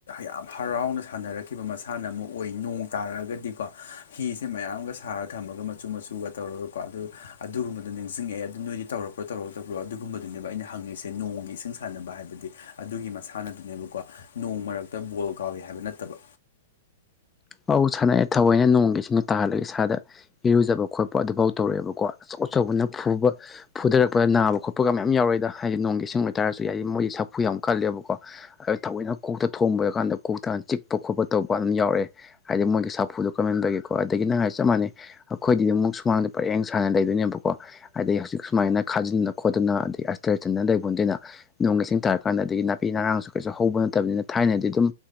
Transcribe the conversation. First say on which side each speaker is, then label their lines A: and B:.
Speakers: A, on the left; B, on the left.
A: ꯌꯥꯝ ꯍꯔꯥꯎꯅ ꯁꯥꯟꯅꯔꯛꯈꯤꯕ ꯃꯁꯥꯟꯅ ꯑꯃꯨꯛ ꯑꯣꯏ ꯅꯣꯡ ꯇꯥꯔꯒꯗꯤꯀꯣ ꯍꯤꯁꯦ ꯃꯌꯥꯝꯒ ꯁꯥꯔ ꯊꯝꯃꯒ ꯃꯆꯨ ꯃꯆꯨꯒ ꯇꯧꯔꯒ ꯀꯣ ꯑꯗꯨ ꯑꯗꯨꯒꯨꯝꯕꯗꯣ ꯅꯤꯡꯁꯤꯡꯉꯛꯑꯦ ꯑꯗꯨ ꯅꯣꯏꯗꯤ ꯇꯧꯔꯛꯄ꯭ꯔꯣ ꯇꯧꯔꯛꯇꯕ꯭ꯔꯣ ꯑꯗꯨꯒꯨꯝꯕꯗꯨꯅꯦꯕ ꯑꯩꯅ ꯍꯪꯉꯤꯁꯦ ꯅꯣꯡꯒꯤ ꯏꯁꯤꯡ ꯁꯥꯟꯅꯕ ꯍꯥꯏꯕꯗꯤ ꯑꯗꯨꯒꯤ ꯃꯁꯥꯟꯅꯗꯨꯅꯦꯕꯀꯣ ꯅꯣꯡ ꯃꯔꯛꯇ ꯕꯣꯜ ꯀꯥꯎꯋꯦ ꯍꯥꯏꯕ ꯅꯠꯇꯕ
B: ꯑꯧ ꯁꯥꯟꯅꯩ ꯊꯧꯑꯣꯏꯅ ꯅꯣꯡꯒꯤ ꯁꯤꯡꯗꯣ ꯇꯥꯍꯜꯂꯒ ꯏꯁꯥꯗ ꯏꯔꯨꯖꯕ ꯈꯣꯠꯄ ꯑꯗꯨꯐꯥꯎ ꯇꯧꯔꯛꯑꯦꯕꯀꯣ ꯑꯆꯧ ꯑꯆꯧꯕꯅ ꯐꯨꯕ ꯐꯨꯗꯔꯛꯄ ꯅꯥꯕ ꯈꯣꯠꯄꯒ ꯃꯌꯥꯝ ꯌꯥꯎꯔꯛꯏꯗ ꯍꯥꯏꯗꯤ ꯅꯣꯡꯒꯤ ꯏꯁꯤꯡ ꯑꯣꯏꯇꯥꯔꯁꯨ ꯍꯥꯏꯗꯤ ꯃꯣꯏꯗꯤ ꯁꯥꯐꯨ ꯌꯥꯝ ꯀꯜꯂꯦꯕꯀꯣ ꯊꯑꯣꯏꯅ ꯀꯣꯛꯇ ꯊꯣꯡꯕꯔ ꯀꯥꯟꯗ ꯀꯣꯛꯇꯥꯟ ꯆꯤꯛꯄ ꯈꯣꯠꯄ ꯇꯧꯕ ꯑꯗꯨꯝ ꯌꯥꯎꯔꯛꯑꯦ ꯍꯥꯏꯗꯤ ꯃꯣꯏꯒꯤ ꯁꯥꯐꯨꯗꯣ ꯀꯟꯃꯥꯟꯕꯒꯤꯀꯣ ꯑꯗꯒꯤ ꯅꯪ ꯍꯥꯏ ꯆꯞ ꯃꯥꯟꯅꯩ ꯑꯩꯈꯣꯏꯗꯤ ꯑꯃꯨꯛ ꯁꯨꯃꯥꯡꯗ ꯄꯔꯦꯡ ꯁꯥꯟꯅ ꯂꯩꯗꯣꯏꯅꯦꯕꯀꯣ ꯑꯗꯩ ꯍꯧꯖꯤꯛ ꯁꯨꯃꯥꯏꯅ ꯈꯥꯖꯤꯟꯗꯅ ꯈꯣꯠꯇꯅ ꯑꯗꯩ ꯑꯁꯇ꯭ꯔ ꯆꯟꯗꯅ ꯂꯩꯕ ꯅꯠꯇꯦꯅ ꯅꯣꯡꯒꯁꯤꯡ ꯇꯥꯔ ꯀꯥꯟꯗ ꯑꯗꯒꯤ ꯅꯥꯄꯤ ꯅꯔꯥꯡꯁꯨ ꯀꯩꯁꯨ ꯍꯧꯕ ꯅꯠꯇꯕꯅꯤꯅ ꯊꯥꯏꯅꯗꯤ ꯑꯗꯨꯝ